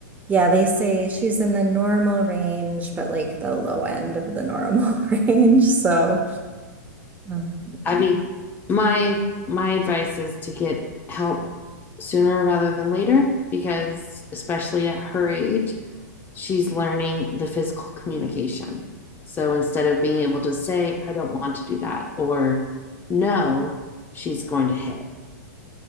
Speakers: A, on the right; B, on the left.
A: Yeah, they say she's in the normal range, but like the low end of the normal <laughs> range. So um,
B: I mean, my my advice is to get help sooner rather than later because especially at her age she's learning the physical communication. So instead of being able to say, I don't want to do that, or no, she's going to hit.